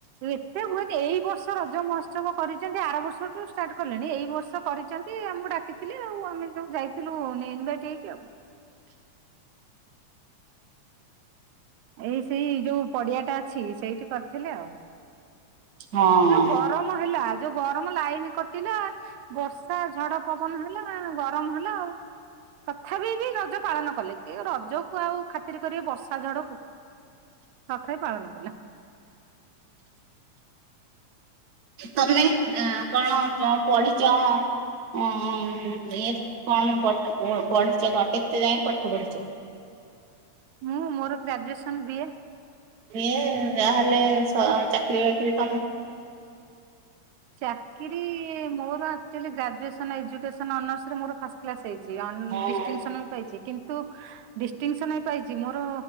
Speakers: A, on the right; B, on the right.
A: ଏତେ ହୁଏନି ଏଇ ବର୍ଷ ରଜ ମହୋତ୍ସବ କରିଛନ୍ତି ଆର ବର୍ଷଠୁ ଷ୍ଟାର୍ଟ କଲେଣି ଏଇ ବର୍ଷ କରିଛନ୍ତି ଆମକୁ ଡାକିଥିଲି ଆଉ ଆମେ ଯୋଉ ଯାଇଥିଲୁ ନେ ଇନଭାଇଟ୍ ହେଇକି ଆଉ। ଏଇ ସେଇ ଯୋଉ ପଡିଆଟା ଅଛି ସେଇଠି କରିଥିଲେ ଆଉ
B: ହଁ
A: ଯୋଉ ଗରମ। ମ ହେଲା ଯୋଉ ଗରମ ଲାଇନି କଟିଲା ବର୍ଷା ଝଡ ପବନ ହେଲା ଗରମ ହେଲା ଆଉ। ତଥାପି ବି ରଜ ପାଳନ କଲେ କି ରଜକୁ ଆଉ ଖାତିର କରିବେ ବର୍ଷା ଝଡକୁ। ତଥାବି ପାଳନ କଲେ।
B: ତମେ ଅ କଣ ପ ପଢିଚ? ଅଁ ଇଏ କଣ ପଢିଛ କ ପଢିଚ କଣ କେତେ ଯାଏ ପାଠ ପଢିଛ?
A: ମୁଁ ମୋର ଗ୍ରାଜୁଏସନ୍ ବି ଏ।
B: ବିଏ ଯାହେଲେ ସ ଚାକିରୀ ବାକିରି କାମ
A: ଚାକିରୀ ମୋର ଆକ୍ଚୁଲି ଗ୍ରାଜୁଏସନ୍ ଏଜୁକେସନ୍ ଅନର୍ସ ରେ ମୋର ଫାସ କ୍ଲାସ ହେଇଛି ଅନ
B: ହଁ
A: ଡିଷ୍ଟିଙ୍ଗ ସନ ବି ପାଇଛି କିନ୍ତୁ ଡିଷ୍ଟିଙ୍ଗ ସନ ବି ପାଇଛି ମୋର